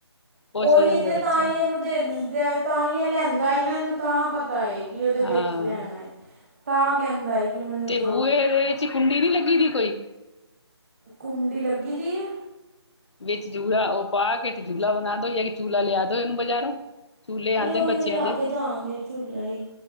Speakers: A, on the left; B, on the right.
A: ਖੁਸ਼
B: ਉਹੀ
A: ਹੋ ਜਾਂਦਾ
B: ਤੇ
A: ਬੱਚਾ
B: ਤਾਂ ਹੀ ਇਹਨੂੰ ਦ ਤਾਂਹੀ ਆ ਲੈਂਦਾ। ਇਹਨੂੰ ਤਾਂ ਪਤਾ ਹੈ, ਕਿ ਉਹਦੇ
A: ਹਾਂ
B: ਵਿੱਚ ਲੈਣਾ ਹੈ ਤਾਂ ਕਹਿੰਦਾ ਹੈ। ਕਿ ਮੈਨੂੰ
A: ਤੇ
B: ਦੋ
A: ਬੂਹੇ ਚ ਕੁੰਡੀ ਨੀ ਲੱਗੀ ਦੀ ਕੋਈ
B: ਕੁੰਡੀ ਲੱਗੀ ਦੀ ਐ
A: ਵਿੱਚ ਜੂਲਾ ਉਹ ਪਾ ਕੇ ਤੇ ਜੂਲਾ ਬਣਾ ਦੋ ਜਾ ਕਿ ਚੂਲਾ ਲਿਆ ਦੋ ਇਹਨੂੰ ਬਾਜ਼ਾਰੋਂ ਚੂਲੇ
B: ਅਰੇ
A: ਆਦੇ
B: ਉਹੀ
A: ਨੇ ਬੱਚਿਆਂ
B: ਲਿਆ
A: ਦੇ,
B: ਕੇ ਦਾਂਗੇ ਝੂਲਾ ਹੀ